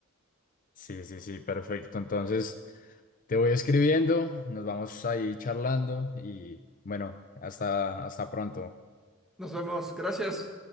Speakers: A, on the left; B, in the centre.
A: Sí, sí, sí, perfecto. Entonces, te voy escribiendo, nos vamos ahí charlando y bueno, hasta, hasta pronto.
B: Nos vemos, gracias.